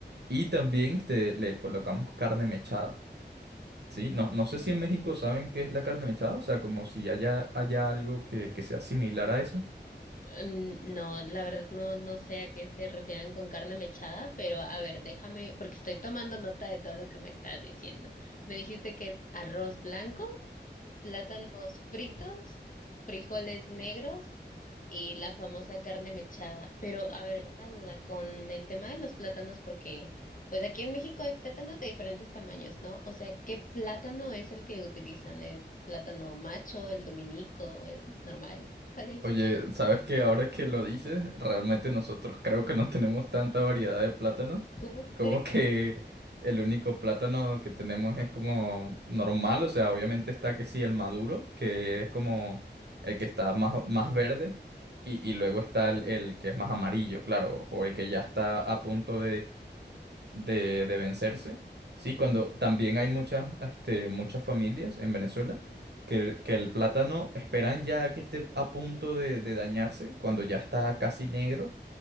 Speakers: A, on the right (about 65°); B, on the left (about 45°).
A: Y también este, le colocamos carne mechada, ¿sí? No, no sé
B: ujú.
A: si en México saben qué es la carne mechada, o sea, como si haya, haya algo que, que sea similar a eso.
B: Mm, No, la verdad no, no sé a qué se refieren con carne mechada, pero a ver, déjame, porque estoy tomando nota de todo lo que me estás diciendo. Me dijiste que es arroz blanco. plátanos fritos, frijoles negros y la famosa carne mechada. Pero, a ver, una duda con el tema de los plátanos, porque pues aquí en México hay plátanos de diferentes tamaños, ¿no? O sea, ¿qué plátano es el que utilizan? ¿El plátano macho, el dominico, el normal? ¿Cuál es?
A: Oye, ¿sabes qué? Ahora que lo dices, realmente nosotros creo que no tenemos tanta variedad de plátanos.
B: ¿Cómo
A: Como
B: crees?
A: que el único plátano que tenemos es como normal, o sea, obviamente está que sí el maduro, que es como el que está más, más verde, y, y luego está el, el que es más amarillo, claro, o el que ya está a punto de, de vencerse. Sí, cuando también hay muchas, este, muchas familias en Venezuela que, que el plátano esperan ya que esté a punto de, de dañarse, cuando ya está casi negro,